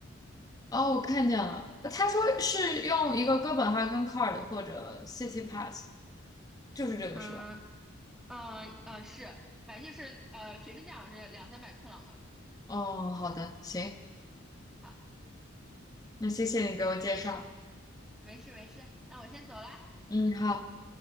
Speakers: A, on the left; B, in the centre.
A: 哦，我看见了，他说是用一个哥本哈根 card 或者 City Pass，就是这个是吧？
B: 嗯嗯嗯，是，反正就是呃学生价好像是两三百克朗吧。
A: 哦，好的，行，
B: 好，
A: 那谢谢你给我介绍。
B: 没事没事，那我先走了。
A: 嗯，好。